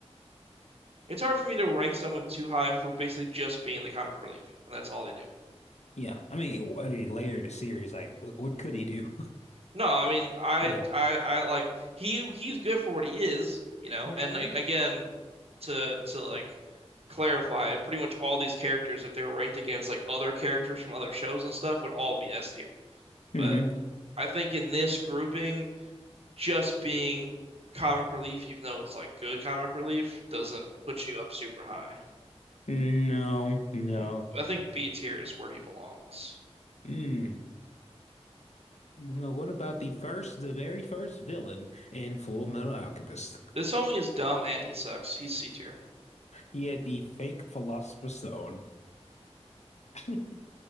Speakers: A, on the right; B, on the left.
A: It's hard for me to rank someone too high for basically just being the comic relief, and that's all they do.
B: Yeah, I mean, I mean, later in the series, like, wh- what could he do?
A: No, I mean, I,
B: <laughs>
A: I, I like he he's good for what he is, you know.
B: Yeah.
A: And like, again, to to like clarify, pretty much all these characters, if they were ranked against like other characters from other shows and stuff, would all be S tier.
B: Mm-hmm.
A: But I think in this grouping, just being comic relief, even though it's like good comic relief, doesn't put you up super high.
B: Mm-hmm. No, no.
A: I think I think B tier is where he belongs.
B: Mm. No, what about the first, the very first villain in Full Metal Alchemist?
A: This homie is dumb and he sucks. He's C tier.
B: He had the fake Philosopher's Stone. <laughs> I'm